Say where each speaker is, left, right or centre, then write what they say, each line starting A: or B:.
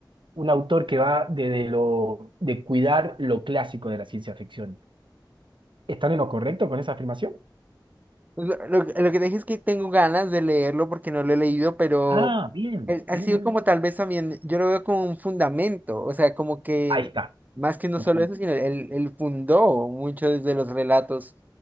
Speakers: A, on the right; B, on the right.
A: un autor que va de, de lo, de cuidar lo clásico de la ciencia ficción. ¿Están en lo correcto con esa afirmación?
B: Pues, Lo, lo que lo que te dije es que tengo ganas de leerlo porque no lo he leído, pero
A: Ah, bien,
B: él- ha
A: bien,
B: sido
A: bien.
B: como tal vez también, yo lo veo como un fundamento, o sea, como que
A: Ahí está.
B: más que no
A: Uf,
B: solo eso, sino él, él fundó muchos de los relatos